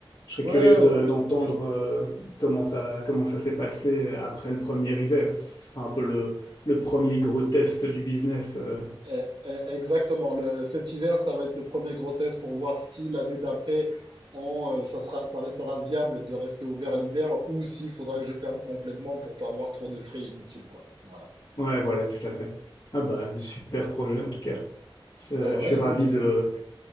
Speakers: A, on the left; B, on the right.
A: Je serais
B: ouais,
A: curieux de-
B: ouais. ouais.
A: d'entendre euh, comment ça, comment ça s'est passé euh, après le premier hiver. Ce sera un peu le, le premier gros test du business. euh.
B: Eh, eh, Exactement. Le- cet hiver, ça va être le premier gros test pour voir si l'année d'après, on, euh, ça sera, ça restera viable de rester ouvert l'hiver ou s'il faudra que je ferme complètement pour pas avoir trop de frais inutiles, quoi. Voilà.
A: Ouais, voilà, tout à fait. Ah bah, super projet en tout cas. C'est-
B: Bah ouais,
A: Je suis ravi
B: écoute, euh,
A: de